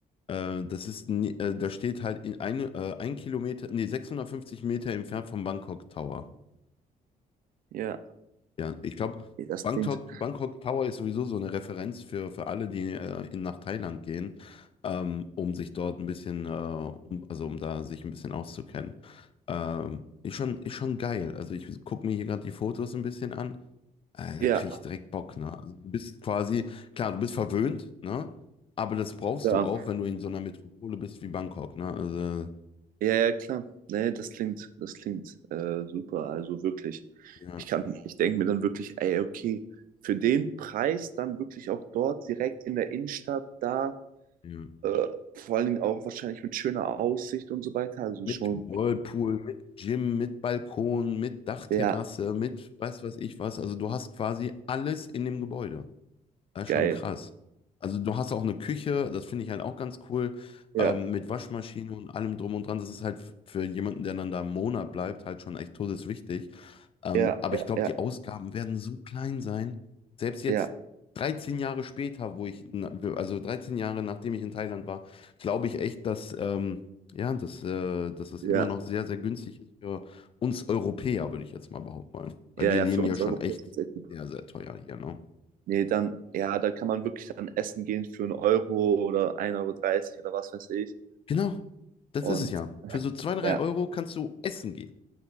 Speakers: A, on the left; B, on the right.
A: äh, das ist, ni- äh, da steht halt in ein, äh, ein Kilometer, nee, 650 Meter entfernt vom Bangkok Tower.
B: Ja,
A: Ja, ich glaube,
B: ey, das
A: Bangkok,
B: klingt.
A: Bangkok Tower ist sowieso so eine Referenz für, für alle, die äh, in, nach Thailand gehen, ähm, um sich dort ein bisschen, äh, um, also um da sich ein bisschen auszukennen. Ähm, ist schon, ist schon geil. Also ich gucke mir hier gerade die Fotos ein bisschen an. Äh,
B: Ja,
A: da kriege ich direkt Bock, ne? Also du bist quasi, klar, du bist verwöhnt, ne? Aber das brauchst
B: ja,
A: du auch, wenn du in so einer Metropole bist wie Bangkok, ne? Also,
B: ja, ja, klar. Nee, das klingt, das klingt äh, super. Also wirklich.
A: ja,
B: Ich kann, ich denke mir dann wirklich, ey, okay, für den Preis dann wirklich auch dort direkt in der Innenstadt da,
A: ja.
B: äh, vor allen Dingen auch wahrscheinlich mit schöner Aussicht und so weiter. Also
A: Mit
B: schon,
A: Whirlpool, mit Gym, mit Balkon, mit Dachterrasse,
B: ja,
A: mit weiß was ich was. Also du hast quasi alles in dem Gebäude. Das ist
B: geil.
A: schon krass. Also du hast auch eine Küche, das finde ich halt auch ganz cool,
B: Ja,
A: ähm, mit Waschmaschine und allem drum und dran. Das ist halt f- für jemanden, der dann da einen Monat bleibt, halt schon echt todeswichtig. Ähm,
B: ja,
A: aber
B: ja,
A: ich glaube,
B: ja,
A: die Ausgaben werden so klein sein. Selbst jetzt
B: ja,
A: 13 Jahre später, wo ich, na- also 13 Jahre nachdem ich in Thailand war, glaube ich echt, dass, ähm, ja, dass, äh, dass das
B: ja,
A: immer noch sehr, sehr günstig ist für uns Europäer, würde ich jetzt mal behaupten wollen. Weil
B: ja,
A: wir
B: ja,
A: leben
B: für uns
A: ja schon
B: Europäer
A: echt
B: ist das echt super.
A: sehr, sehr teuer hier, ne?
B: Nee, dann, ja, da kann man wirklich dann essen gehen für einen Euro oder ein Euro dreißig oder was weiß ich.
A: Genau, das
B: Und
A: ist es ja. Für so zwei, drei
B: ja,
A: Euro kannst du essen gehen.